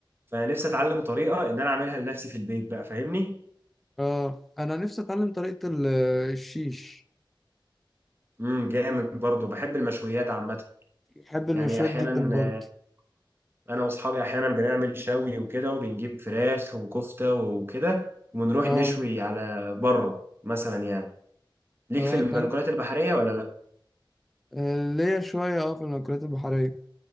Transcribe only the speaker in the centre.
اه انا نفسي اتعلم طريقه ال- الشيش
بحب المشويات
جدا برضه
اه
اه
طب
آه، ليا شويه اه في المأكولات البحريه